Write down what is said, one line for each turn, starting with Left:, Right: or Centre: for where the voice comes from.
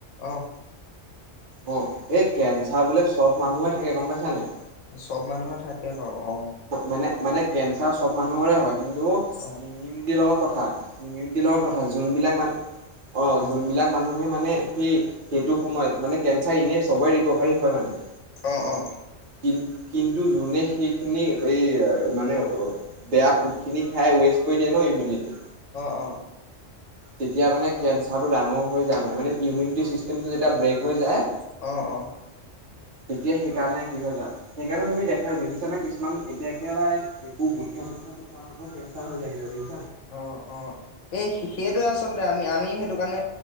Left: আহ
Right: অ এই কেঞ্চাৰ বোলে চব মানুহে থাকে গম পাইছা নাই?
Left: চব মানুহৰে থাকে বাৰু অ
Right: মানে মানে কেঞ্চাৰ চব মানুহৰে হয় কিন্তু
Left: অ
Right: ইমিউনিটিৰ লগত কথা ইমিউনিটি লগত কথা যোনবিলাক মান অঁ
Left: অ
Right: যোনবিলাক মানুহে মানে সেই সেইটো সময়ত মানে কেঞ্চাৰ এনেই সবেই ৰিকভাৰী হয় মানে
Left: অ অ
Right: কি কিন্তু যোনে সেই খিনি এই মানে বেয়া ফুড খিনি খাই ৱেষ্ট কৰি দিয়ে ন ইমিউনিটি
Left: অ অ
Right: তেতিয়া মানে কেঞ্চাৰটো ডাঙৰ হৈ যায় মানে মানে ইমিউনিটি চিষ্টেমটো যেতিয়া ব্ৰেক হৈ যায়,
Left: অ অ
Right: তেতিয়া সেইকাৰণে সেই হৈ যা সেইকাৰণে তুমি দেখাই দেখিছানে কিছুমান এতিয়া একেবাৰে এইবোৰ গুটখা চুটখা নুখুৱা মানুহ মোৰ কেঞ্চাৰ হৈ যায় কেতিয়াবা যদি
Left: অ অ এই শিষিৰ সেইটোয়ে
Right: সিহঁতৰ
Left: আচলতে আমি আমি সেইটো কাৰণে